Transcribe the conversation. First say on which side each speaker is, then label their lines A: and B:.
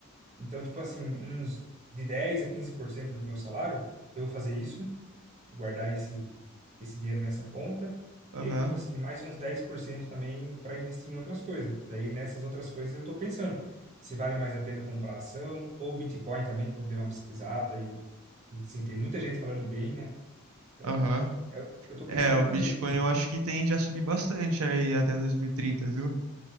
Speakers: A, on the right (about 35°); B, on the right (about 80°).
A: Então, tipo assim, uns de 10 a 15% do meu salário, eu vou fazer isso, guardar esse, esse dinheiro nessa conta.
B: Aham,
A: E aí, tipo assim, mais uns 10% também para investir em outras coisas. Daí, nessas outras coisas, eu estou pensando se vale mais a pena comprar ação ou Bitcoin também, que eu dei uma pesquisada e, e sim, tem muita gente falando bem, né? Então,
B: aham.
A: é o que eu estou
B: É,
A: pensando
B: o
A: em fazer,
B: Bitcoin
A: tipo assim.
B: eu acho que tem já subir bastante aí até 2030, viu?